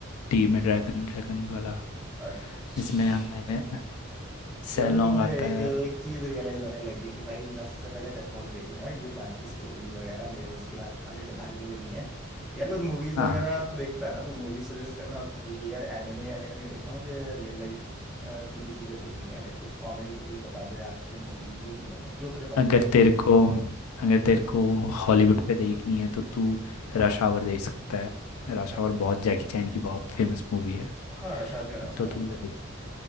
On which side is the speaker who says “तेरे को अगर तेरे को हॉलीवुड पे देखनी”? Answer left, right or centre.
Left